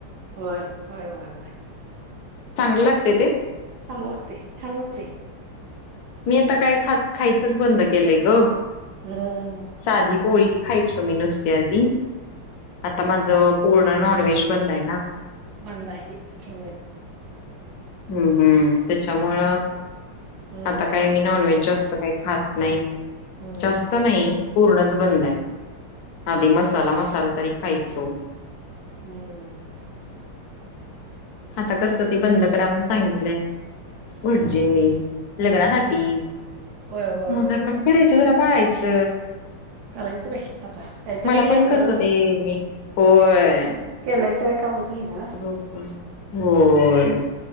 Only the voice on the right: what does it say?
होय, होय, होय, होय.
चांगलं लागते, छान लागते.
हम्म
बंद <unintelligible> हम्म.
हम्म
हम्म
हम्म
होय, होय.
हम्म
हम्म होय होय होय
होय
करायचं बाई आता काहीतरी
करायला
केलेस का होती इथ?